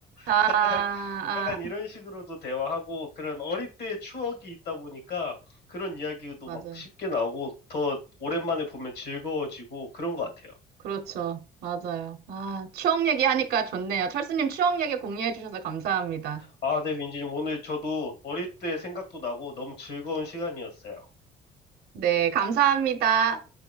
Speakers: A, on the right; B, on the left.
A: 아,
B: <laughs> 약간,
A: 아,
B: 약간 이런 식으로도 대화하고 그런 어릴 때의 추억이 있다 보니까 그런 이야기도
A: 맞아요.
B: 막 쉽게 나오고 더 오랜만에 보면 즐거워지고 그런 것 같아요.
A: 그렇죠. 맞아요. 아, 추억 얘기하니까 좋네요. 철수님 추억 얘기 공유해 주셔서 감사합니다.
B: 아, 네, 민지님, 오늘 저도 어릴 때 생각도 나고 너무 즐거운 시간이었어요.
A: 네, 감사합니다.